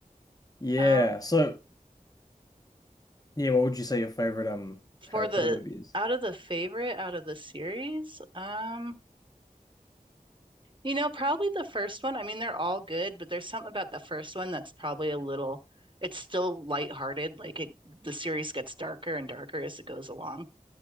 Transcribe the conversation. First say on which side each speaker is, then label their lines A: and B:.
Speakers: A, on the left; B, on the right.
A: yeah.
B: Um,
A: So, yeah, what would you say your favorite um
B: for
A: Harry
B: the
A: Potter movie is?
B: out of the favorite out of the series, um, You know, probably the first one. I mean, they're all good, but there's something about the first one that's probably a little, it's still lighthearted. Like it, the series gets darker and darker as it goes along.